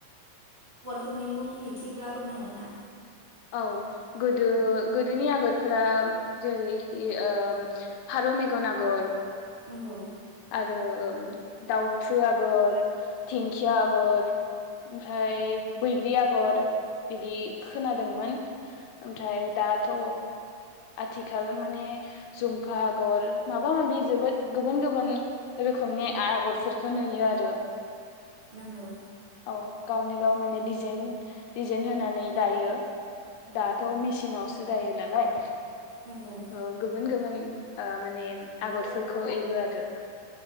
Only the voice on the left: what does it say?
औ गोदो गोदोनि आगरफोरा जेरैखि ओम फारौ मेगन आगर।
आरो दाउथु आगर दिंखिया आगर ओमफ्राय बैग्रि आगर बिदि खोनादोंमोन ओमफ्राय दाथ आथिखाल माने जुमखा आगर माबा माबि जोबोद गुबुन गुबुन रोखोमनि आगरफोरखौ नुयो आरो।
औ गावनो गाव माने डेजाइन जेन होनानै दायो दाथ मेचनावसो दायो नालाय।
ओ गुबुन गुबुन ओ माने आगरफोरखौ एरो आरो